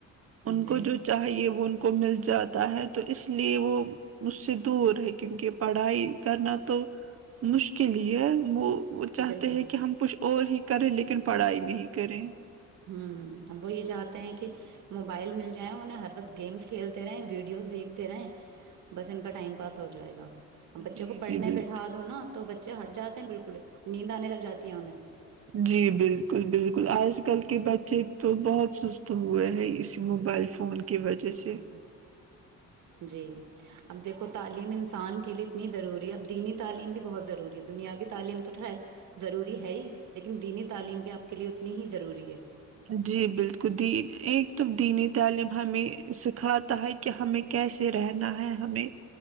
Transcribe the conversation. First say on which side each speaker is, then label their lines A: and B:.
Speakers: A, on the right (about 50°); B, on the right (about 75°).
A: ان
B: جی
A: کو جو چاہیے وہ ان کو مل جاتا ہے تو اس لیے وہ مجھ سے دور ہے کیونکہ پڑھائی کرنا تو مشکل ہی ہے وہ وہ چاہتے
B: بالکل
A: ہیں کہ ہم پش اور ہی کرے لیکن پڑھائی نہیں کرے
B: ہوں ا وہ یہ چاہتے ہیں کہ موبائل مل جائیں انہیں ہر وقت گیمس کھیلتے رہےیں ویڈیوز دیکھتے رہیں بس ان کا ٹائم پاس ہو جائے گا بچوں
A: جی
B: کو پڑھنے
A: جی بالکل
B: بیٹھا دو نا تو بچے ہٹ جاتے ہیں بالکل نیند آنے لگ جاتی ہے انہیں
A: جی بالکل بالکل آج کل کے بچے تو بہت سست ہوئے ہیں اسی موبائل فون کی وجہ سے
B: جی جی اب دیکھو تعلیم انسان کے لیے اتنی ضروری ہے اب دینی تعلیم بھی بہت ضروری ہے دنیاوی تعلیم تو یر ضروری ہے ہی لیکن دینی تعلیم بھی آپ کے لیے اتنی ہی ضروری ہے
A: جی بالکل دین ایک تو دینی تعلیم ہمیں سکھاتا ہے کہ ہمیں کیسے رہنا ہے ہمیں